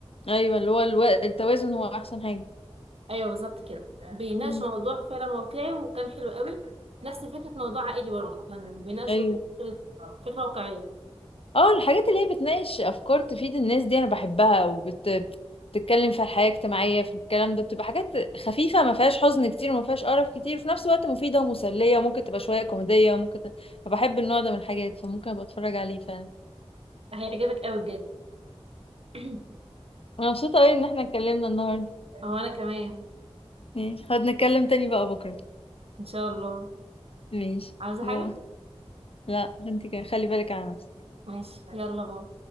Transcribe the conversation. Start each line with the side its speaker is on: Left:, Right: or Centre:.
Left: ايوه اللي هو الو... التوازن هو احسن حاجه
Right: ايوه بالظبط كده بيناقشوا
Left: امم
Right: موضوع فعلا واقعي وكان حلو قوي نفس فكرة موضوع عائلي برضه كان بيناقشوا
Left: ايوه
Right: فكرة فكرة واقعية
Left: اه الحاجات اللي هي بتناقش افكار تفيد الناس دي انا بحبها وبت بتتكلم في الحياة الاجتماعية في الكلام ده بتبقى حاجات خفيفة ما فيهاش حزن كتير وما فيهاش قرف كتير وفي نفس الوقت مفيدة ومسلية وممكن تبقى شوية كوميدية وممكن ت... فبحب النوع ده من الحاجات فممكن ابقى اتفرج عليه فعلا
Right: هيعجبك قوي بجد <clears throat>
Left: انا مبسوطة قوي ان احنا اتكلمنا النهاردة
Right: هو انا كمان
Left: ماشي خد نتكلم تاني بقى بكرة
Right: ان شاء الله
Left: ماشي
Right: عاوزة
Left: باي.
Right: حاجة
Left: لا انت كده خلي بالك على نفسك
Right: ماشي يلا باي